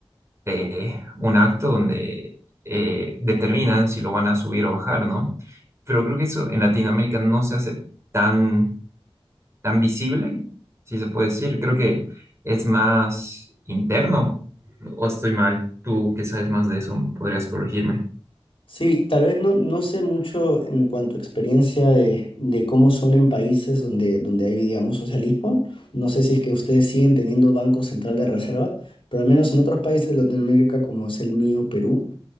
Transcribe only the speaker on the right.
eh, un acto donde eh, determinan si lo van a subir o bajar, ¿no? Pero creo que eso en Latinoamérica no se hace tan, tan visible, si se puede decir. Creo que es más interno, o estoy mal. Tú que sabes más de eso, podrías corregirme.